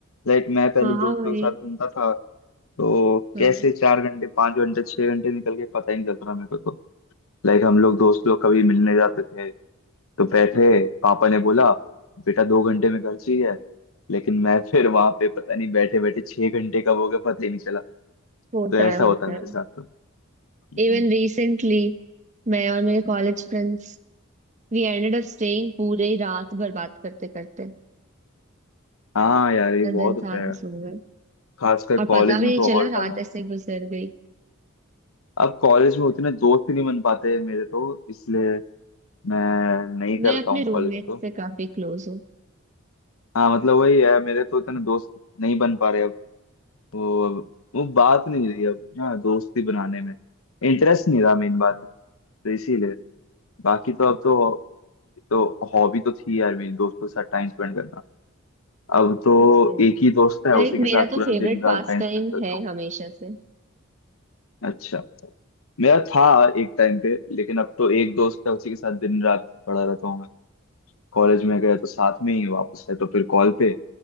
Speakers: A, on the left; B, on the right.
A: लाइक मैं पहले
B: हाँ
A: दोस्तों
B: भाई
A: के साथ घूमता था तो
B: हाँ
A: कैसे चार घंटे पाँच घंटे छह घंटे निकल गए पता ही नहीं चलता था मेरे को तो लाइक हम लोग दोस्त लोग कभी मिलने जाते थे तो बैठे पापा ने बोला बेटा दो घंटे में घर चाहिए लेकिन मैं फिर वहां पे पता नहीं बैठे बैठे छह घंटे कब हो गया पता ही नहीं चला
B: होता
A: तो ऐसा
B: है होता
A: होता है मेरे
B: है
A: साथ तो हम्म।
B: इवन रिसेंटली मैं और मेरे college friends we ended up staying पूरे ही रात भर बात करते करते
A: हाँ यार ये
B: एंड
A: बहुत
B: देन सारे
A: होता है
B: सो गए
A: खासकर
B: और
A: कॉलेज
B: पता भी
A: में
B: नहीं
A: तो
B: चला
A: और ज्यादा
B: रात ऐसे गुजर गई
A: अब कॉलेज में उतने दोस्त ही नहीं बन पाते मेरे तो इसलिए मैं नहीं करता
B: मैं अपने
A: हूँ
B: रूममेट
A: कॉलेज में तो
B: से काफी क्लोज हूँ
A: हाँ मतलब वही है मेरे तो उतने दोस्त नहीं बन पा रहे अब वो अब वो बात नहीं रही अब ना दोस्ती बनाने में इंटरेस्ट नहीं रहा मेन बात है तो इसीलिए बाकी तो अब तो तो हॉबी तो थी यार मेरी दोस्तों के साथ टाइम स्पेंड करना अब तो
B: अच्छा
A: एक ही दोस्त है
B: लाइक
A: उसी के
B: मेरा
A: साथ पूरा
B: तो फेवरेट
A: दिन रात
B: पास
A: टाइम
B: टाइम
A: स्पेंड करता
B: है
A: हूँ
B: हमेशा से
A: अच्छा मेरा था एक टाइम पे लेकिन अब तो एक दोस्त है उसी के साथ दिन रात पड़ा रहता हूँ मैं कॉलेज में गए तो साथ में ही वापस आए तो फिर कॉल पे